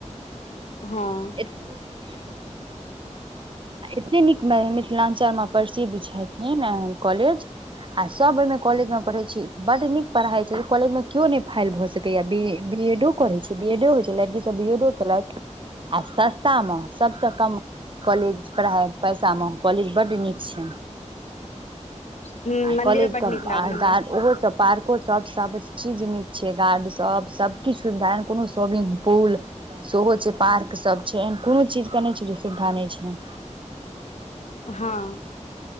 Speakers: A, on the left; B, on the right.
A: हँ
B: <inaudible> एते नीक मिथिलाञ्चलमे प्रसिद्ध छथिन कॉलेज आ सब ओहि मे कॉलेज मे पढ़े छी बड नीक पढ़ाई छै कॉलेज में केओ नहि फेल भए सक बीएडो करे छै बीडो होइ छै लड़की सब बी एडो केलथि आ सस्ता मे सबसँ कम कॉलेज पढ़ाइ पैसामे कॉलेज बड्ड नीक छै
A: हूँ मंदिरो
B: कॉलेज
A: बड
B: क
A: नीक लागल हमरा
B: गर्ड ओहो सब पार्क सब सब चीज नीक छै गार्ड सब सबकछु सुविधा कोनो स्वमिंग पुल सेहो छै पार्क सब छै एहन कोनो चीज के नहि छै जे सुविधा नहि छै
A: हँ